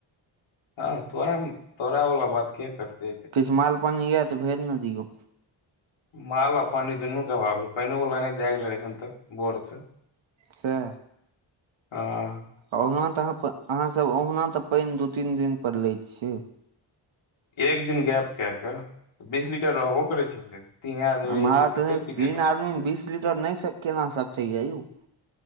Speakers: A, on the left; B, on the right.
A: हँ तोरा तोरा बला बात के करते
B: किस माल पानी य तऽ भेज न दियौ
A: माल आ पानि दुनू के अभाव छै पाइनो वला नै दए गेलै एखन तक भोर सँ
B: सह
A: आ
B: ओहुना तऽ अहाँ अहाँसभ ओहुना तऽ पैन दू तीन दिन पर लै छियै
A: एक दिन गैप के क बिजली रहबो करै छै तीन आदमी
B: हमरा
A: रहै छै
B: तऽ
A: कते
B: नहि
A: पितेय
B: तीन
A: लोक
B: बीस लीटर नहि से केना सटय या यौ